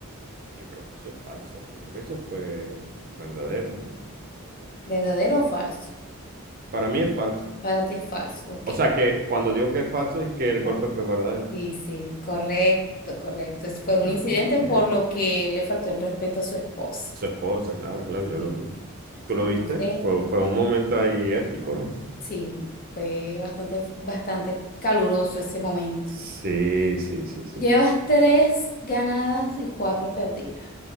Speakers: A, on the right; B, on the left.
A: Yo creo que eso es falso. Yo creo que eso fue verdadero, ¿no?
B: ¿Verdadero o falso?
A: Para mí es falso.
B: Para ti es falso, ok.
A: O sea, que cuando digo que es falso es que el
B: Oh,
A: golpe fue verdadero.
B: Sí, sí, correcto, correcto. Es- Fue
A: Eh,
B: un incidente por lo que le faltó el respeto a su esposa.
A: a su esposa, claro, claro, yo
B: sí,
A: lo vi.
B: sí.
A: ¿Tú
B: Entonces,
A: lo viste? Fue, fue un momento ahí épico, ¿eh?
B: sí, fue bastante, bastante caluroso ese momento.
A: Sí, sí, sí, sí,
B: Llevas
A: sí, sí.
B: tres ganadas y cuatro perdidas.